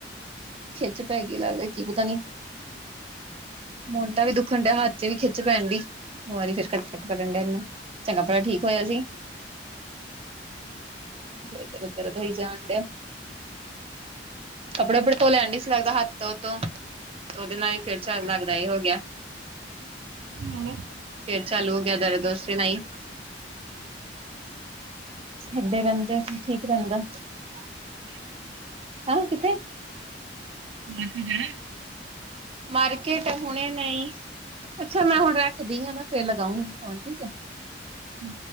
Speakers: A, on the right; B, on the right.
A: ਖਿੱਚ ਪੈ ਗਈ ਲੱਗਦਾ ਕੀ ਪਤਾ ਨੀ। ਮੋਢਾ ਵੀ ਦੁੱਖਣ ਡਿਆ ਹੱਥ ਵੀ ਖਿੱਚ ਪੈਣ ਡੀ, ਵਾਰੀ ਫਿਰ ਇਕੱ ਕਰਨ ਡਿਆ ਇਹੂੰ ਚੰਗਾ ਭਲਾ ਠੀਕ ਹੋਇਆ ਸੀ। ਇਹ ਤਾ ਦਰਦ ਹੋਈ ਜਾਂਡਿਆ। ਕੱਪੜੇ ਕੁਪੜੇ ਧੋ ਲੈਢਸੀ ਲੱਗਦਾ ਹੱਥ ਤੋਂ-ਤੋ ਉਹਦੇ ਨਾਲ ਹੀ ਫੇਰ ਚੱਲ ਲੱਗਦਾ ਹੋ ਗਿਆ।
B: ਣਾ <unintelligible>
A: ਫੇਰ ਚਲੂ ਹੋ ਗਿਆ ਦਰਦ ਉਸ ਨਾਹੀ ਸਾਡੇ ਰਹਿਦੇ ਠੀਕ ਰਹਿਦਾ ਹੈਂ। ਹਾ ਕਿਥੇ?
B: ਮਾਰਕੀਟ ਜਾਣਾ ਐ?
A: ਮਾਰਕੇਟ ਹੁਣੇ ਨਈ। ਅੱਛਾ, ਮੈ ਹੁਣ ਰੱਖਦੀ ਆਂ ਨਾ ਫੇਰ ਲਗਾਊਂਗੀ ਫੋਨ ਠੀਕ ਐ।
B: ਹੂੰ।